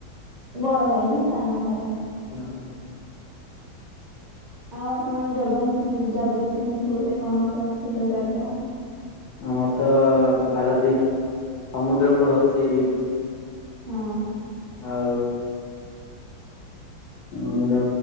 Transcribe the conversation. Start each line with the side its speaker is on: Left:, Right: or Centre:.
Right: ବଡ ଭାଇ ମୁଁ ସାନ ଘରେ
Left: ଓୁ ହୋଁ
Right: ଆଉ ଆପଣଙ୍କ ଜଗସି ଜଗତସିଂହପୁରରେ କଣ ପ୍ରସିଦ୍ଧ ଜାଗା?
Left: ଆମର ତ ପାରାଦୀପ ସମୁଦ୍ର କୂଳ ସି ବିଚ
Right: ହଁ
Left: ଆଉ ଆମର